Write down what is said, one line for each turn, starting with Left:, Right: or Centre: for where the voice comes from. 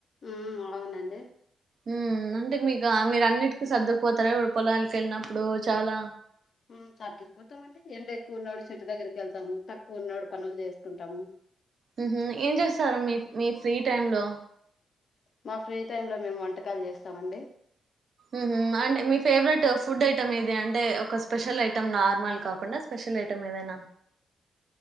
Left: ఉమ్ అవునండి
Right: ఉమ్ అంటే మీకు మీరు అన్నిటికిీ సర్దుకుపోతారా ఇప్పుడు పొలాలకి ఎళ్ళినప్పుడు చాలా
Left: ఉమ్ సర్దుకుపోతామండి ఎండ ఎక్కువ ఉన్నాడు చెట్టు దగ్గరికి వెళ్తాము తక్కువ ఉన్నాడు పనులు చేసుకుంటాము
Right: మ్ హు ఏం చేస్తారు మీ మీ ఫ్రీ టైమ్ లో
Left: మా ఫ్రీ టైమ్ లో మేము వంటకాలు చేస్తామండి
Right: మ్ హు అంటే మీ ఫేవరెట్ ఫుడ్ ఐటెం ఏది అంటే ఒక స్పెషల్ ఐటెం నార్మల్ కాకుండా స్పెషల్ స్పెషల్ ఐటమ్ ఏదైనా